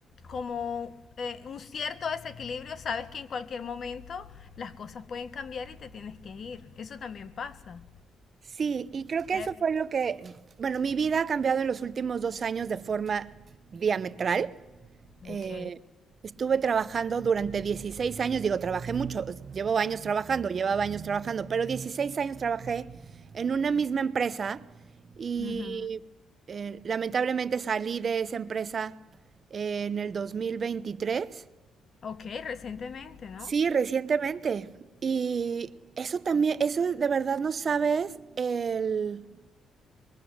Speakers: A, on the left; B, on the right.
A: como eh, un cierto desequilibrio, sabes que en cualquier momento las cosas pueden cambiar y te tienes que ir. Eso también pasa.
B: Sí, y creo que
A: ¿Cierto?
B: eso fue lo que, bueno, mi vida ha cambiado en los últimos dos años de forma diametral.
A: Ok.
B: Eh, estuve trabajando durante 16 años, digo, trabajé mucho, es- llevo años trabajando, llevaba años trabajando, pero 16 años trabajé en una misma empresa y
A: Ujú.
B: eh, lamentablemente salí de esa empresa en el 2023.
A: Ok, recientemente, ¿no?
B: Sí, recientemente. Y eso también, eso de verdad no sabes el,